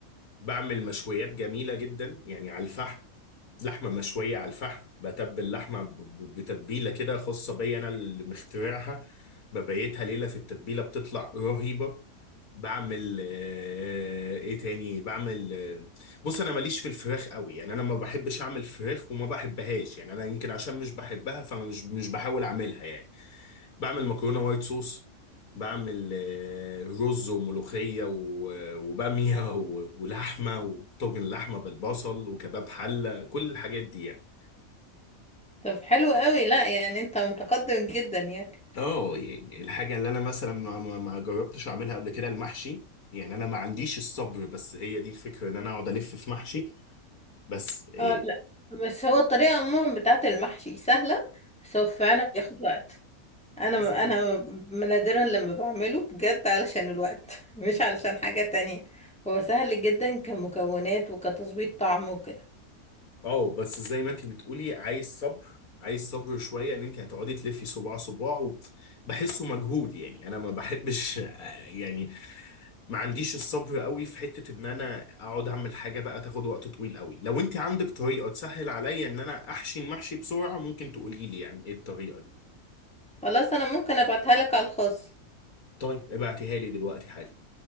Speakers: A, on the left; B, in the centre.
A: بعمل مشويات جميله جدا يعني على الفحم لحمة مشوية على الفحم بتبل لحمة ب- بتتبيلة كده خاصة بيا أنا اللي مخترعها ببيتها ليلة في التتبيلة بتطلع رهيبة بعمل آه، ايه تاني بعمل آه، بص انا ماليش في الفراخ قوي يعني انا ما بحبش اعمل فراخ وما بحبهاش يعني انا يمكن عشان مش بحبها فمش مش بحاول اعملها يعني بعمل مكرونة وايت صوص بعمل آه، رز وملوخية و- وبامية <laughs> و- ولحمة وطاجن لحمة بالبصل وكباب حلة كل الحاجات دي يعني
B: طب حلو قوي لا يعني انت متقدم جدا يعني
A: اه يعني الحاجة اللي انا مثلا ما, ما ما جربتش اعملها قبل كده المحشي يعني انا ما عنديش الصبر بس هي دي الفكرة ان انا اقعد الف في محشي بس ايه
B: اه لا بس هو الطريقة عموما بتاعت المحشي سهلة بس هو فعلا بياخد وقت انا
A: اه
B: انا نادرا لما بعمله بجد علشان الوقت <laughs> مش علشان حاجة تانية هو سهل جدا كمكونات وكتظبيط طعم وكده
A: اه بس زي ما انت بتقولي عايز صبر عايز صبر شويه ان انت هتقعدي تلفي صباع صباع وبحسه مجهود يعني انا ما بحبش <laughs> يعني ما عنديش الصبر قوي في حته ان انا اقعد اعمل حاجه بقى تاخد وقت طويل قوي لو انت عندك طريقه تسهل عليا ان انا احشي المحشي بسرعه ممكن تقولي لي يعني ايه الطريقه دي
B: خلاص انا ممكن ابعتها لك على الخاص
A: طيب ابعتيها لي دلوقتي حالا